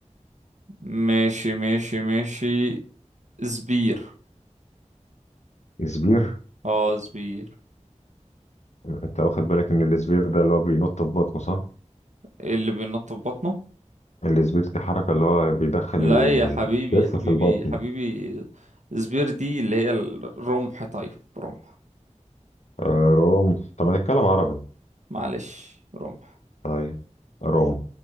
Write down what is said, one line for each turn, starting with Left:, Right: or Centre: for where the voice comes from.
Right: ماشي ماشي ماشي زبير
Left: سبير
Right: اه زبير
Left: انت واخد بالك ان السبير ده اللي هو بينط في بطنه صح
Right: إيه اللي بينط في بطنه
Left: السبير دي حركه اللي هو بيدخل
Right: لا
Left: الكتف
Right: يا حبيبي يا حبيبي
Left: في البطن
Right: يا حبيبي زبير دي اللي هي الرمح طيب رمح
Left: آه، روم طب ما تتكلم عربي
Right: معلش رمح
Left: طيب روم